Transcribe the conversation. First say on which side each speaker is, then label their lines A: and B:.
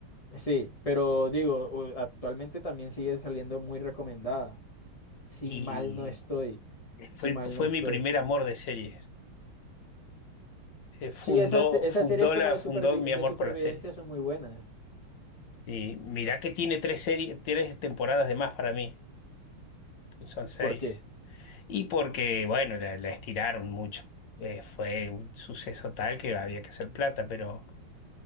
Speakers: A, on the left (about 40°); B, on the left (about 65°).
A: Sí, pero digo, u- actualmente también sigue saliendo muy recomendada. Si
B: Y
A: mal no estoy, si
B: fue, el-
A: mal
B: fue
A: no estoy.
B: mi primer amor de series. Eh, fundó,
A: Sí, esas, te- esas
B: fundó,
A: series como
B: la,
A: de
B: fundó
A: supervi-
B: mi
A: de
B: amor
A: supervivencia
B: por las series.
A: son muy buenas.
B: Y mirá que tiene tres series, tres temporadas de más para mí. Son seis.
A: ¿Por qué?
B: Y porque, bueno, la, la estiraron mucho. Eh, fue un suceso tal que había que hacer plata, pero